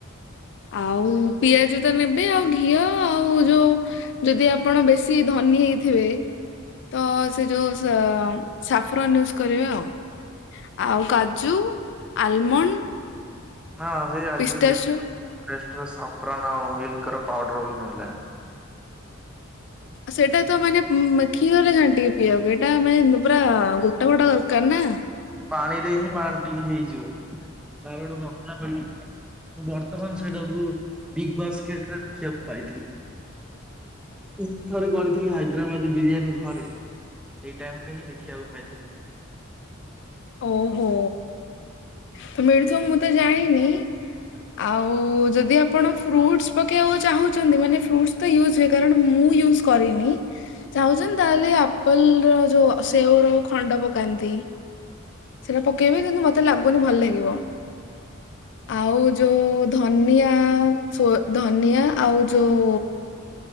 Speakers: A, on the left (about 60°); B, in the centre.
A: ଆଉ ପିଆଜ ତ ନେବେ ଆଉ ଘିଅ ଆଉ ଯୋଉ ଯଦି ଆପଣ ବେଶୀ ଧ ନୀ ହେଇଥିବେ ତ ସେ ଯୋଉ ସ ମ ସାଫରୋନ ୟୁଜ କରିବେ ଆଉ। ଆଉ କାଜୁ ଆଲମଣ୍ଡ।
B: ହଁ ସେ ଆଜି
A: ପିସ୍ତାସୁ
B: କାଲି ମିଲ୍କ ର ପେଷ୍ଟର ସାଫରନ ଆଉ ମିଲ୍କର ପାଉଡର ବି ମିଳିଲାଣି।
A: ସେଇଟା ତ ମାନେ ଉଁ ମା କ୍ଷୀରରେ ଘାଣ୍ଟିକି ପିଇବା ପାଇଁ ଏଟା ମାନେ ପୁରା ଗୋଟା ଗୋଟା ଦରକାର ନା।
B: ପାଣିରେ ହିଁ ବାଣ୍ଟିକି ହେଇଯିବ ତାର ଗୋଟେ ମସଲା ମିଳେ ମୁଁ ବର୍ତ୍ତମାନ ସେଇଟାକୁ ବିଗ ବାସ୍କେଟ ରେ ଦେଖିବାକୁ ପାଇଥିଲି। ଉଁ ଥରେ କରିଥିଲି ହାଇଦ୍ରାବାଦି ବିରିୟାନୀ ଘରେ। ସେଇ ଟାଇମ ରେ ହିଁ ଦେଖିବାକୁ ପାଇଥିଲ।
A: ଓହୋ! ତ ମିଳୁଥୁଅ ମୁଁ ତ ଜାଣିନି। ଆଉ ଯଦି ଆପଣ ଫ୍ରୁଟସ୍ ପକେଇଆକୁ ଚାହୁଁଛନ୍ତି। ମାନେ ଫ୍ରୁଟ୍ସ ତ ୟୁଜ ହୁଏ। କାରଣ ମୁଁ ମୁଁ ୟୁଜ କରିନି ଚାହୁଁଚନ୍ତି, ତାହେଲେ ଆପେଲର ଯୋଉ ସେଓର ଖଣ୍ଡ ପକାନ୍ତି। ନ୍ତି। ସେଟା ପକେଇବେ କିନ୍ତୁ, ମତେ ଲାଗୁନି ଭଲ ଲାଗିବ। ଆଉ ଯୋଉ ଧନିଆ ସୋ ଧନିଆ ଆଉ ଯୋଉ